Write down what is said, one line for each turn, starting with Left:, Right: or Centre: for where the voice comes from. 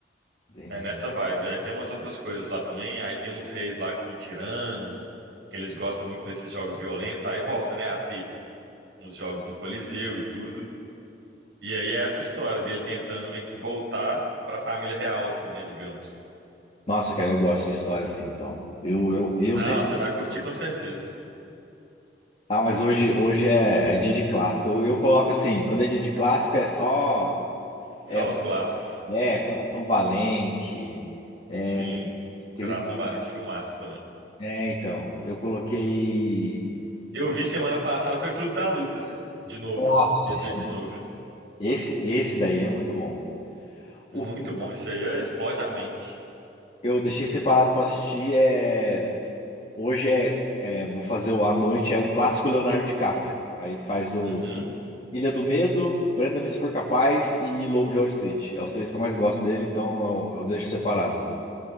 Left: Entendi.
Right: É nessa vibe. Aí tem umas outras coisas lá também, aí tem uns reis lá que são tiranos, que eles gostam muito desses jogos violentos, aí volta, né, a ter uns jogos no Coliseu e tudo. E aí é essa história dele tentando meio que voltar pra família real, assim, né, digamos.
Left: Nossa, cara, eu gosto de história assim, então. Eu, eu, eu
Right: Não,
Left: sempre.
Right: você vai curtir com certeza.
Left: Ah, mas hoje, hoje é, é dia de clássico. Eu, eu coloco assim, quando é dia de clássico é só.
Right: Só
Left: É,
Right: os clássicos.
Left: é Coração Valente. É,
Right: Sim,
Left: teve
Right: Coração Valente, filmaço também.
Left: É, então, eu coloquei.
Right: Eu vi semana passada, foi o Clube da Luta, de novo.
Left: Nossa,
Right: Quis
Left: esse
Right: ver
Left: é
Right: de
Left: muito.
Right: novo.
Left: Esse, esse daí é muito bom. O
Right: Muito
Left: que
Right: bom, isso aí é, explode a mente.
Left: eu deixei separado pra assistir é. Hoje é, é, Vou fazer o, à noite, é o clássico Leonardo DiCaprio. Aí faz o
Right: Uhum.
Left: Ilha do Medo, Prenda-me se for capaz e Lobo de Wall Street. É os três que eu mais gosto dele, então eu, eu deixo separado.